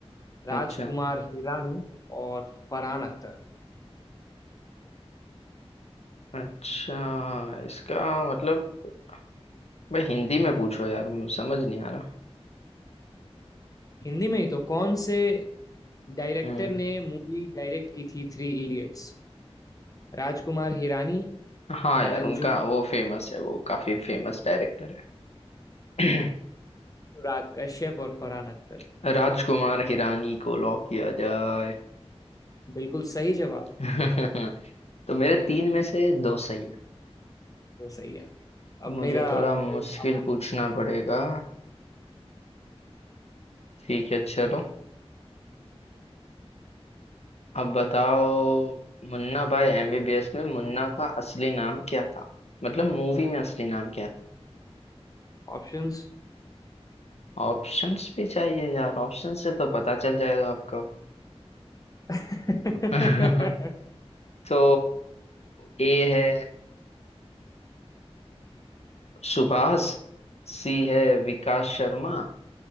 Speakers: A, on the left; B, on the left.
A: Rajkumar
B: अच्छा
A: Hirani और फरहान अख्तर
B: अच्छा इसका मतलब मैं हिंदी में पूछो यार मुझे समझ नहीं आ रहा
A: हिंदी में ही तो कौन से डायरेक्टर
B: हम्म
A: ने मूवी डायरेक्ट की थी थ्री इडियट्स राजकुमार हिरानी
B: हाँ
A: करण
B: यार उनका
A: जौहर
B: वो फेमस है वो काफी फेमस डायरेक्टर है
A: अनुराग कश्यप और फरहान अख्तर
B: <clears throat> राजकुमार हिरानी को लॉक किया जाए
A: बिल्कुल सही जवाब
B: <laughs> तो मेरे तीन में से दो सही है
A: वो सही है
B: अब
A: अब
B: मुझे
A: मेरा
B: थोड़ा
A: अब
B: मुश्किल
A: मेरे अब आप
B: पूछना
A: पूछोगे मेरे
B: पड़ेगा ठीक है चलो अब बताओ मुन्ना भाई एमबीबीएस में मुन्ना का असली नाम क्या था मतलब मूवी में असली नाम क्या था
A: ऑप्शंस
B: ऑप्शंस भी चाहिए यार ऑप्शन से तो पता चल जाएगा आपको
A: हम्म
B: <laughs> तो ए है सुभाष सी है विकास शर्मा